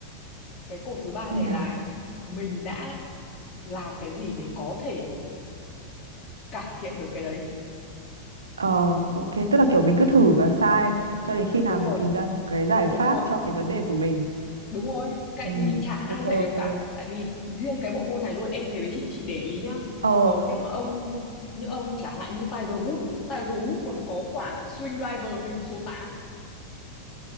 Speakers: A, on the left; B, on the right.
A: Cái cột thứ ba
B: Như
A: này
B: nào?
A: là mình đã làm cái gì để có thể cải thiện được cái đấy.
B: Ờ, ok, tức là kiểu mình cứ thử và sai cho đến khi nào
A: Đúng rồi,
B: mình tìm ra một cái giải
A: đúng
B: pháp
A: rồi,
B: cho cái vấn đề của mình.
A: đúng rồi. Tại
B: Ừ,
A: vì chả
B: ok
A: ai dạy được
B: ok.
A: cả. Tại vì riêng cái bộ môn này luôn em thề với chị chị để ý nhá.
B: Ờ,
A: Có những ông những ông chẳng hạn như Tiger Woods, Tiger Woods còn có quả swing driver hình số 8